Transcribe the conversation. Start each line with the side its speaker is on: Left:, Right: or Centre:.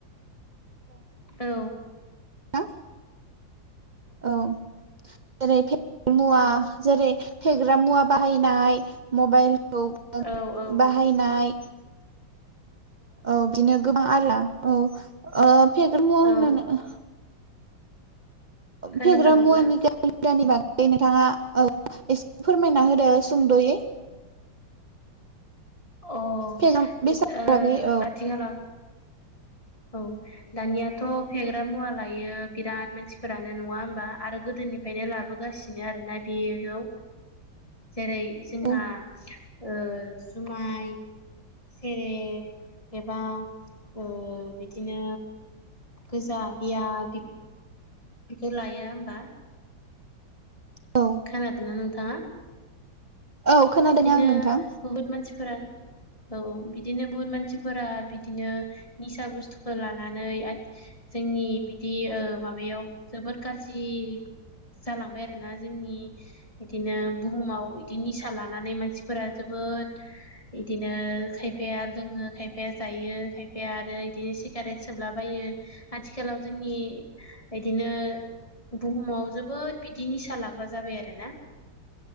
Left: औ
Right: थां औ जेरै फेग्रा मुवा जेरै फेग्रा मुवा बाहायनाय मबाइल खौ
Left: औ औ
Right: बाहायनाय औ बिनो गोबां आरो ना औ फेग्रा मुवा होननानै
Left: औ
Right: ओ
Left: होननो
Right: फेग्रा
Left: थाङोब्ला
Right: मुवानि <unintelligible> बागै नोंथाङा औ एसे फोरमायना होदो सुंद'यै
Left: अ ओ
Right: फेग्रा बेसादनि बागै औ
Left: आथिखालाव औ दानियाथ' फेग्रा मुवा लायो। बिराद मानसिफोरानो नङा होमबा आरो गोदोनिफ्रायनो लाबोगासिनो आरोना बेखौ जेरै जोंहा
Right: औ
Left: ओ जुमाय सेरेप एबा ओ बिदिनो गोजा बियार <inaudible> लाया होमबा
Right: औ
Left: खोनादों ना नोंथाङा?
Right: औ खोनादों
Left: बिदिनो
Right: आं नोंथां
Left: बुहुत मानसिफोरा औ बिदिनो बुहुद मानसिफोरा बिदिनो निसा बुस्थुखौ लानानै आरो जोंनि बिदि ओ माबायाव जोबोद गाज्रि जालांबाय आरोना जोंनि बिदिनो बुहुमाव बिदि निसा लानानै मानसिफोरा जोबोद बिदिनो खायफाया लोंङो खायफाया जायो खायफाया आरो बिदिनो सिगारेट सोबलाबायो। आथिखालाव जोंनि बिदिनो बुहुमाव जोबोद बिदि निसा लाग्रा जाबाय आरो ना